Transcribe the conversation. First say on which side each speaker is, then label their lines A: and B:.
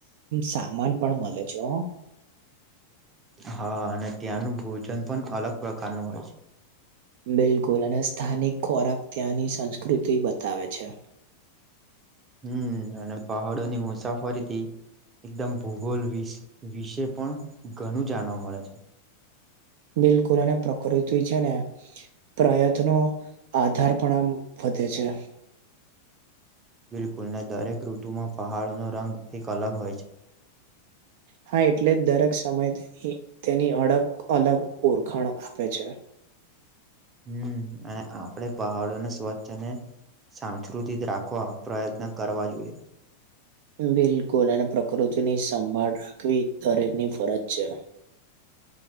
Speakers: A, on the right; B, on the right.
A: સામાન પણ મળે છે હો.
B: હા અને ત્યાંનું ભોજન પણ અલગ પ્રકાર નું હોય
A: બિલકુલ અને સ્થાનિક ખોરાક ત્યાંની સંસ્કૃતિ બ તાવે છે.
B: હમ્મ અને પહાડો ની મુસાફરીથી એકદમ ભૂગોલ વિશ-વિશે પણ ઘણું જાણવા મળે છે.
A: બિલકુલ અને પ્રકૃતિ છે ને પ્રયત્નો આધાર પણ આમ વધે છે.
B: બિલકુલ ને દરેક ઋતુમાં પહાડોનો રંગ એક અલગ હોય
A: હા એટલે જ દરેક સમયે તેની તેની અડગ અલગ ઓળખાણ આપે છે.
B: હમ્મ અને આપડે પહાડોને સ્વચ્છ અને સાંસ્કૃતિક રાખવા પ્રયત્ન કરવા જોઈએ.
A: બિલકુલ અને પ્રકૃતિની સંભાળ રાખવી દરેકની ફરજ છે.